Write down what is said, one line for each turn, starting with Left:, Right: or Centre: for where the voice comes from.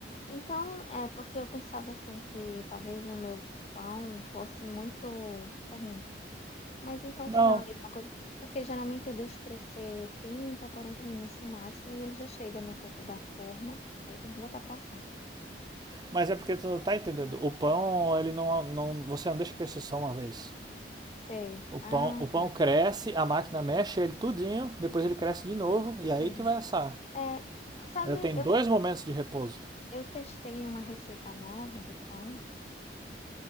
Left: Então, é porque eu pensava assim que talvez o meu pão fosse muito fermento. Mas então,
Right: Não,
Left: se vai a mesma coisa, porque geralmente eu deixo crescer 30, 40 minutos no máximo e ele já chega no topo da forma. Aí eu tenho que botar pra assar.
Right: mas é porque tu não tá entendendo. O pão, ele não, não, você não deixa crescer só uma vez.
Left: Sei.
Right: O
Left: Ah,
Right: pão, o pão
Left: tá.
Right: cresce, a máquina mexe ele tudinho, depois ele cresce de novo
Left: Entendi.
Right: e aí que vai assar.
Left: É, sabe,
Right: Ele tem
Left: eu,
Right: dois momentos de repouso.
Left: eu testei uma receita nova de pão